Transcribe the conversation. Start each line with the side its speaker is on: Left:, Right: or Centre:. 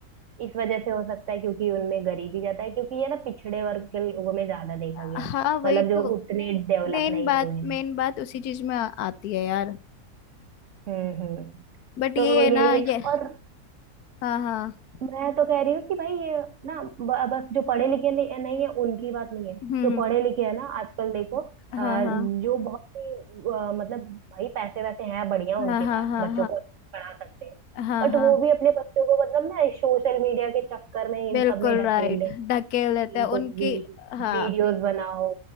Right: इस वजह से हो सकता है क्योंकि उनमें गरीबी ज्यादा है क्योंकि ये ना पिछड़े वर्ग के लोगों में ज्यादा देखा
Left: हाँ
Right: गया है
Left: वही
Right: मतलब
Left: तो
Right: जो उतने डेवलप
Left: मेन
Right: नहीं
Left: बात
Right: हुए हैं
Left: मेन बात उसी चीज में आ, आती है यार
Right: हम्म हम्म
Left: बट
Right: तो
Left: ये
Right: वो यही
Left: है ना ये
Right: है और
Left: हाँ हाँ
Right: मैं तो कह रही हूँ कि भाई ये ना ब- बस जो पढ़े लिखे नहीं, नहीं है उनकी बात नहीं है
Left: हम्म
Right: जो पढ़े लिखे है ना आजकल देखो
Left: हाँ
Right: अ,
Left: हाँ
Right: जो बहुत ही अ, मतलब भाई पैसे वैसे हैं बढ़िया उनके
Left: हाँ हाँ
Right: पास
Left: हाँ
Right: बच्चों को पढ़ा सकते हैं
Left: हाँ हाँ
Right: बट
Left: हाँ
Right: वो भी अपने बच्चों को मतलब ना सोशल मीडिया के चक्कर में इन
Left: बिल्कुल
Right: सब में ढकेल
Left: राइट
Right: रहे हैं
Left: धकेल देते
Right: कि
Left: हैं उनकी
Right: तो वीड,
Left: हाँ
Right: वीडियोस बनाओ